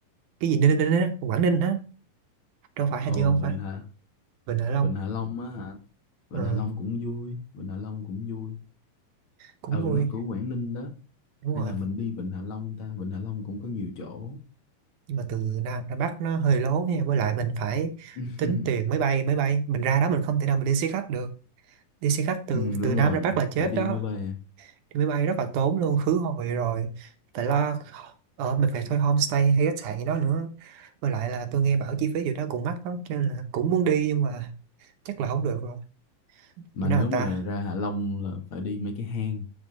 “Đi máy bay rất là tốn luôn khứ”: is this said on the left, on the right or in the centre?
Right